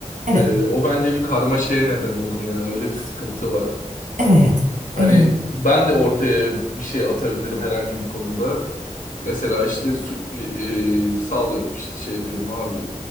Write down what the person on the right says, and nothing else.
evet,
evet,
eee,